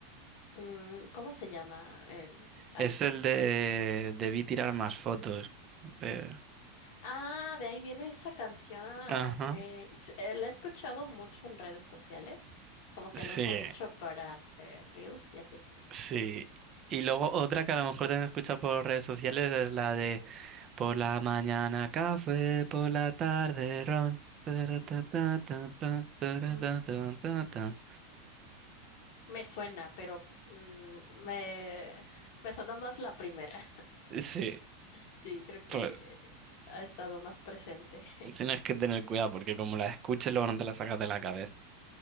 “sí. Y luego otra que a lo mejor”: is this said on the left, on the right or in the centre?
Right